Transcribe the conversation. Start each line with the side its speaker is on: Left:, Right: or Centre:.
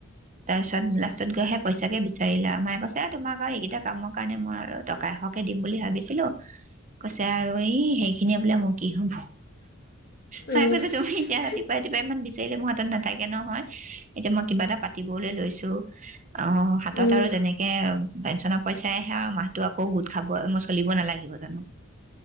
Right: তাৰ পিছত লাষ্টত গৈহে সেই পইচাকে বিচাৰিলে আৰু ময়ে কৈছে তোমাক আৰু এইকেইটা কামৰ কাৰণে মই আৰু টকা এশকে দিম বুলি ভাবিছিলো কৈছে আৰু ই সেইখিনিয়ে বোলে মোক কি হ'ব। মায়ে
Left: অঁ
Right: কৈ যে তুমি এতি
Left: নাথাকেতো
Right: ৰাতিুৱা ৰাতিপুৱা ইমান বিচাৰিলে মোৰ ত নাথাকে নহয়। <inaudible> এতিয়া মই কিবা এটা পাতিবলৈ লৈছো অ হাতত
Left: অঁ
Right: আৰু তেনেকে পেঞ্চনৰ পইচাই আহে আৰু মাহতটো আকৌ গোট খাব মই চলিব নালাগিব জানো